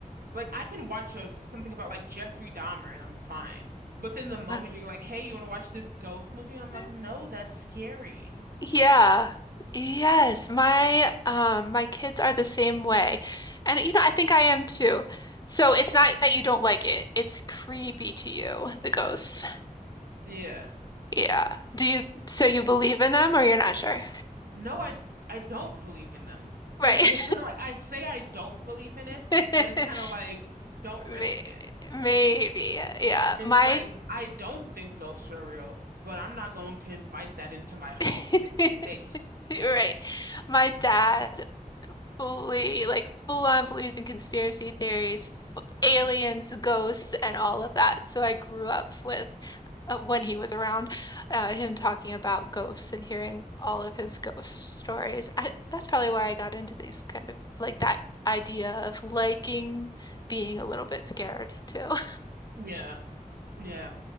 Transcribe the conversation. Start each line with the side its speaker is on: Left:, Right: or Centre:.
Right: like I can watch a something about like Jeffrey Dahmer and I'm fine. But then the moment
Left: <laughs>
Right: you're like, "Hey, you want to watch this ghost movie?" I'm like,
Left: Uh,
Right: "No, that's scary."
Left: Yeah. Yes, my um my kids are the same way. And you know, I think I am too. So it's not that you don't like it. It's creepy to you, the ghosts.
Right: Yeah.
Left: Yeah. Do you so you believe in them or you're not sure?
Right: No, I I don't believe in them.
Left: Right.
Right: It's it's kind of like I say I don't believe in it,
Left: <laughs>
Right: but it's kind of like don't risk
Left: May-
Right: it.
Left: Maybe. Yeah.
Right: It's
Left: My
Right: like I don't think ghosts are real, but I'm not going to invite that into my home
Left: <laughs>
Right: just in case.
Left: Right. My dad fully like full on beliefs in conspiracy theories, aliens, ghosts, and all of that. So I grew up with uh, when he was around, uh, him talking about ghosts and hearing all of his ghost stories. I, that's probably why I got into these kind of like that idea of liking being a little bit scared too. <laughs>
Right: Yeah. Yeah.